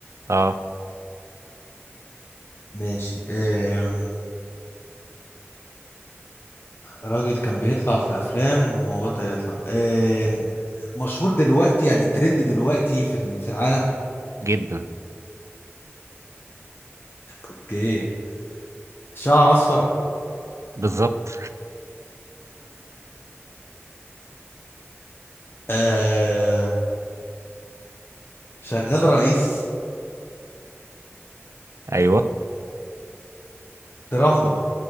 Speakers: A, on the right; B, on the left.
A: اه
B: ماشي آم، راجل كان بيطلع في افلام وبطل يطلع آم، مشهور دلوقتي يعني ترند دلوقتي في ال- في العالم
A: جدا
B: اوكي شعر اصفر
A: بالظبط
B: آه شغال رئيس
A: ايوه
B: ترامبو